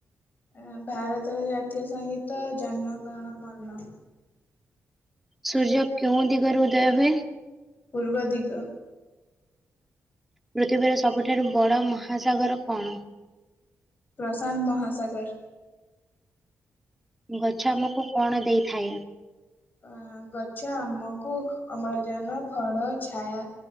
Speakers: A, on the left; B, in the centre.
A: ଏ ଭାରତର ଜାତୀୟ ସଂଙ୍ଗୀତ ଜନଗଣ ମନ।
B: ସୂର୍ଯ କେଉଁ ଦିଗର ଉଦୟ ହୁଏ?
A: ପୂର୍ବ ଦିଗ।
B: ପୃଥିବୀର ସବୁଠାରୁ ବଡ଼ ମହାସାଗର କଣ?
A: ପ୍ରଶାନ୍ତ ମହାସାଗର।
B: ଗଛ ଆମକୁ କଣ ଦେଇଥାଏ?
A: ଅ ଗଛ ଆମକୁ ଅମ୍ଳଜାନ, ଫଳ, ଛାୟା